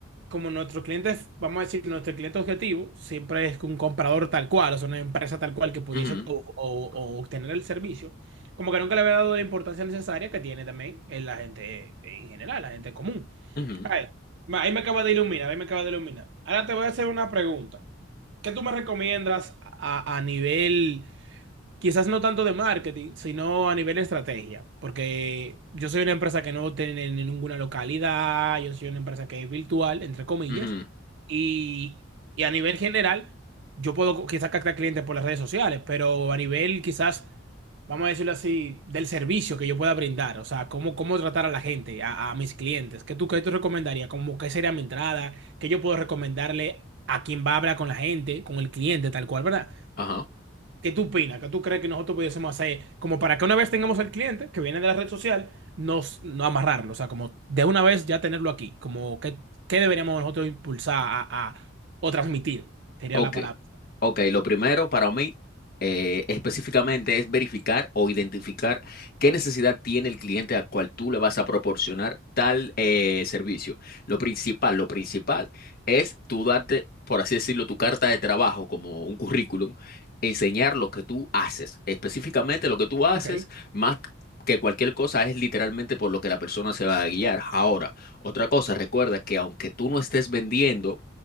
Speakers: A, on the right (about 65°); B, on the left (about 50°).
A: como nuestros clientes, vamos a decir, nuestro cliente objetivo siempre es un comprador tal cual, o sea, una empresa tal cual que pudiese
B: Ujú,
A: o, o- o obtener el servicio. Como que nunca le había dado la importancia necesaria que tiene también en la gente eh, en general, la gente común.
B: ujú,
A: Ay, ma- ahí me acaba de iluminar, ahí me acaba de iluminar. Ahora te voy a hacer una pregunta. ¿Qué tú me recomiendas a, a nivel Quizás no tanto de marketing, sino a nivel de estrategia, porque yo soy una empresa que no tiene ninguna localidad, yo soy una empresa que es virtual, entre comillas,
B: ujú,
A: y, y a nivel general, yo puedo quizás captar clientes por las redes sociales, pero a nivel quizás, vamos a decirlo así, del servicio que yo pueda brindar, o sea, cómo, cómo tratar a la gente, a, a mis clientes, ¿qué tú, qué tú recomendarías? ¿Cómo, qué sería mi entrada? ¿Qué yo puedo recomendarle a quien va a hablar con la gente, con el cliente, tal cual, ¿verdad?
B: Ajá.
A: ¿Qué tú opinas? ¿Qué tú crees que nosotros pudiésemos hacer? Como para que una vez tengamos al cliente que viene de la red social, nos, no amarrarlo. O sea, como de una vez ya tenerlo aquí. Como que, ¿qué deberíamos nosotros impulsar a, a- o transmitir? Sería
B: Ok.
A: la palabra.
B: Ok, lo primero para mí eh, específicamente es verificar o identificar qué necesidad tiene el cliente al cual tú le vas a proporcionar tal eh, servicio. Lo principal, lo principal es tú darte, por así decirlo, tu carta de trabajo como un currículum, enseñar lo que tú haces. Específicamente lo que tú haces,
A: Ok,
B: más que cualquier cosa, es literalmente por lo que la persona se va a guiar. Ahora, otra cosa, recuerda que aunque tú no estés vendiendo,